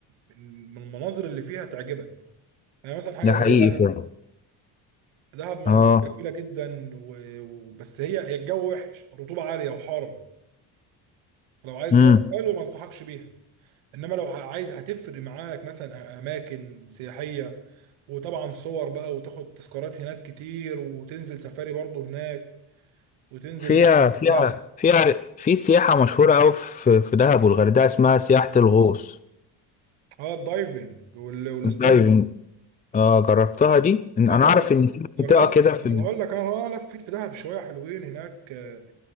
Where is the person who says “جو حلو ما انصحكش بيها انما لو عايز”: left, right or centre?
Right